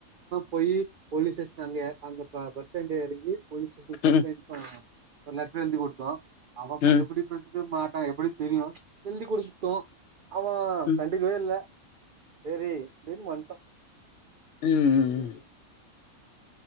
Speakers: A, on the right; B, on the left.
A: போயி போலீஸ் ஸ்டேஷன்ல அங்க அங்க பஸ் ஸ்டாண்ட்ல எறங்கி போலீஸ் ஸ்டேஷன்ல கம்ப்ளைண்ட்
B: ம்
A: <inaudible> ஒரு லெட்டர் எழுதி குடுத்தோ அவ கண்டுபுடிப்
B: ம்
A: க்க மாட்டா எப்டி தெரியு எழுதி குடுத்தோ அவ
B: ம்
A: கண்டிக்கவே இல்ல சேரி அப்டின்னு வன்டோ
B: உம் உம்